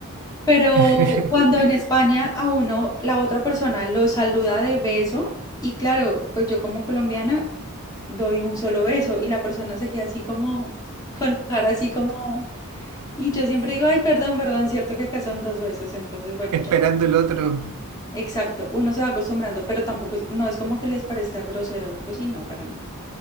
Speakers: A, on the left; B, on the right.
A: Pero
B: <laughs>
A: cuando en España a uno, la otra persona lo saluda de beso, y claro, pues yo como colombiana doy un solo beso y la persona se queda así como, con la cara así como... Y yo siempre digo, ay, perdón, perdón, cierto que acá son dos besos, entonces bueno,
B: Esperando
A: ya,
B: el otro.
A: exacto, uno se va acostumbrando, pero tampoco, es- no es como que les parezca grosero o algo así, no, para nada.